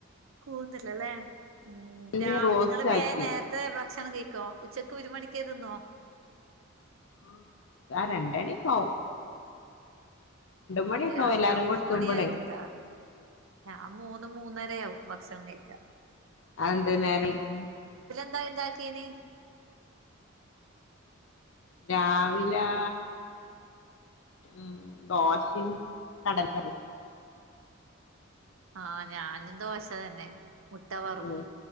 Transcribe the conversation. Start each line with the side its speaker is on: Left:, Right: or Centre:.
Right: കൂന്തല ല്ലേ മ്
Left: മീന്
Right: രാ
Left: റോസ്റ്റ്
Right: നിങ്ങള് വേ
Left: ആക്കിയതാ
Right: നേര് ത്തെ ഭക്ഷണം കഴിക്കോ ഉച്ചക്ക് ഒര് മണിക്കേ ത്ത്ന്നോ
Left: ആഹ് ആ രണ്ടണിക്കാവും മണിയൊക്കെ
Right: അതെയ
Left: ആവും എല്ലാരും
Right: ഞാൻ മൂന്നണി
Left: കൂടെ എത്തുമ്പളേ
Right: ആയല്ണ്ടാ ഞാം മൂന്ന് മൂന്നരയാവും ഭക്ഷണം കഴിക്ക
Left: അതെന്തേ നേരം യ്ക്ണ്
Right: ന്താ ണ്ടാക്കീനി
Left: രാവിലാ മ് ദോഷിം കടല കറിം
Right: ആഹ് ഞാനും ദോശ തന്നെ മുട്ട വർവ്
Left: ഉം